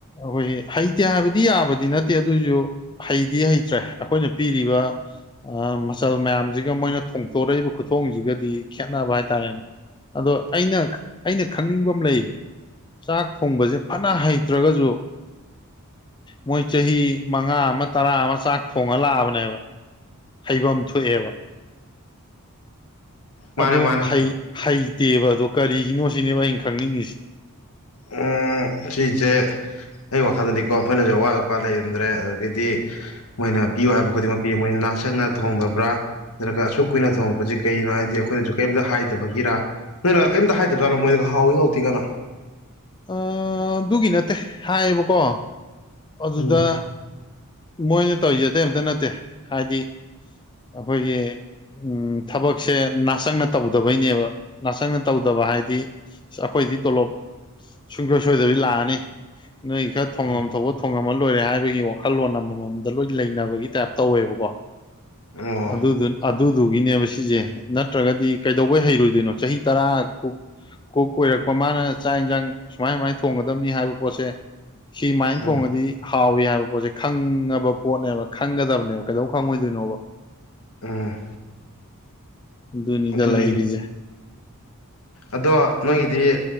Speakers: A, on the left (about 20°); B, on the left (about 70°).
A: ꯑꯈꯣꯏꯒꯤ ꯍꯩꯇꯦ ꯍꯥꯏꯕꯗꯤ ꯌꯥꯕꯗꯤ ꯅꯠꯇꯦ ꯑꯗꯣꯏꯖꯨ ꯍꯩꯗꯤ ꯍꯩꯇ꯭ꯔꯦ ꯑꯩꯈꯣꯏꯅ ꯄꯤꯔꯤꯕ ꯃꯆꯜ ꯃꯌꯥꯝꯖꯤꯒ ꯃꯣꯏꯅ ꯊꯣꯡꯇꯣꯔꯛꯏꯕ ꯈꯨꯊꯣꯡꯁꯤꯒꯗꯤ ꯈꯦꯠꯅꯕ ꯍꯥꯏꯇꯥꯔꯦꯅꯦ ꯑꯗꯣ ꯑꯩꯅ ꯑꯩꯅ ꯈꯪꯅꯤꯡꯕ ꯑꯃ ꯂꯩ ꯆꯥꯛ ꯊꯣꯡꯕꯖꯦ ꯐꯅ ꯍꯩꯇ꯭ꯔꯒꯖꯨ ꯃꯣꯏ ꯆꯍꯤ ꯃꯉꯥ ꯑꯃ ꯇꯔꯥ ꯑꯃ ꯆꯥꯛ ꯊꯣꯡꯉ ꯂꯥꯛꯑꯕꯅꯦꯕ ꯍꯩꯕꯝ ꯊꯣꯛꯑꯦꯕ
B: ꯃꯥꯅꯦ
A: ꯑꯗꯣ
B: ꯃꯥꯅꯦ
A: ꯍꯩ ꯍꯩꯇꯦꯕ ꯑꯗꯣ ꯀꯔꯤꯒꯤꯅꯣ ꯁꯤꯅꯦꯕ ꯑꯩꯅ ꯈꯪꯅꯤꯡꯉꯤꯁꯤ
B: ꯎꯝ ꯁꯤꯖꯦ ꯑꯩ ꯋꯥꯈꯜꯗꯗꯤꯀꯣ ꯑꯩꯈꯣꯏꯅꯖꯨ ꯑꯋꯥꯠ ꯑꯄꯥ ꯂꯩꯍꯟꯗ꯭ꯔꯦ ꯑꯗꯒꯤꯗꯤ ꯃꯣꯏꯅ ꯄꯤꯌꯨ ꯍꯥꯏꯕ ꯈꯨꯗꯤꯡꯃꯛ ꯄꯤ ꯃꯣꯏ ꯅꯥꯆꯟꯅ ꯊꯣꯡꯗꯕ꯭ꯔꯥ ꯅꯠꯇ꯭ꯔꯒ ꯑꯁꯨꯛ ꯀꯨꯏꯅ ꯊꯣꯡꯉꯛꯄꯖꯤ ꯀꯩꯒꯤꯅꯣ ꯍꯥꯏꯗꯤ ꯑꯩꯈꯣꯏꯅꯖꯨ ꯀꯩꯝꯇ ꯍꯥꯏꯗꯕꯒꯤꯔꯥ ꯅꯣꯏꯅꯒ ꯀꯩꯝꯇ ꯍꯥꯏꯗꯕ ꯖꯥꯠꯂꯣ ꯍꯥꯎꯏ ꯍꯥꯎꯇꯦꯒꯅ
A: ꯑꯥ ꯑꯗꯨꯒꯤ ꯅꯠꯇꯦ ꯍꯥꯏꯌꯦꯕꯀꯣ ꯑꯗꯨꯗ
B: ꯎꯝ
A: ꯃꯣꯏꯅ ꯇꯧꯏꯖꯦ ꯑꯇꯩ ꯑꯝꯇ ꯅꯠꯇꯦ ꯍꯥꯏꯗꯤ ꯑꯩꯈꯣꯏꯒꯤ ꯎꯝ ꯊꯕꯛꯁꯦ ꯅꯥꯆꯪꯅ ꯇꯧꯗꯕꯩꯅꯦꯕ ꯅꯥꯆꯪꯅ ꯇꯧꯗꯕ ꯍꯥꯏꯗꯤ ꯑꯩꯈꯣꯏꯗꯤ ꯇꯣꯂꯣꯞ ꯁꯨꯡꯁꯣꯏ ꯁꯣꯏꯗꯕꯤ ꯂꯥꯛꯑꯅꯤ ꯅꯣꯏꯒꯤ ꯈꯔ ꯊꯣꯡꯉꯝ
B: ꯎꯝ
A: ꯊꯣꯛꯄ ꯊꯣꯉꯝꯃ ꯂꯣꯏꯔꯦ ꯍꯥꯏꯕꯒꯤ ꯋꯥꯈꯜꯂꯣꯟ ꯑꯃꯝꯃꯝꯗ ꯂꯣꯏ ꯂꯩꯅꯕꯒꯤ ꯇꯥꯏꯞ ꯇꯧꯋꯦꯕꯀꯣ
B: ꯑꯣ
A: ꯑꯗꯨꯗꯨꯟ ꯑꯗꯨꯗꯨꯒꯤꯅꯦꯕ ꯁꯤꯖꯦ ꯅꯠꯇ꯭ꯔꯒꯗꯤ ꯀꯩꯗꯧꯕꯩ ꯍꯩꯔꯣꯏꯗꯣꯏꯅꯣ ꯆꯍꯤ ꯇꯔꯥ ꯀꯨꯛ ꯀꯨꯛ ꯑꯣꯏꯔꯛꯄ ꯃꯥꯅ ꯆꯥꯛ ꯏꯟꯖꯥꯡ ꯁꯨꯃꯥꯏ ꯁꯨꯃꯥꯏꯅ ꯊꯣꯡꯒꯗꯕꯅꯤ ꯍꯥꯏꯕ ꯄꯣꯠꯁꯦ ꯁꯤ ꯃꯥꯏꯟ
B: ꯎꯝ
A: ꯊꯣꯡꯉꯗꯤ ꯍꯥꯎꯏ ꯍꯥꯏꯕ ꯄꯣꯠꯁꯦ ꯈꯪꯉꯕ ꯄꯣꯠꯅꯦꯕ ꯈꯪꯒꯗꯕꯅꯦꯕ ꯀꯩꯗꯧ ꯈꯪꯉꯣꯏꯗꯣꯏꯅꯣꯕ
B: ꯎꯝ
A: ꯑꯗꯨꯅꯤꯗ
B: ꯑꯗꯨꯅꯤꯅꯦ
A: ꯂꯩꯔꯤꯖꯦ
B: ꯑꯗꯣ ꯅꯣꯏꯒꯤꯗꯤ